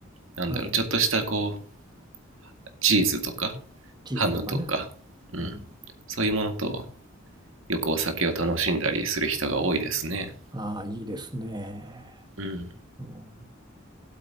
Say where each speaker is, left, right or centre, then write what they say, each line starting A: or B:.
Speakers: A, on the right; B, on the right.
A: なんだろう、
B: はい。
A: ちょっとしたこう、チーズとか、
B: チーズとかね。
A: ハムとか、うん、
B: うん、
A: そういうものと、よくお酒を楽しんだりする人が多いですね。
B: ああ、いいですね。
A: うん。
B: うん、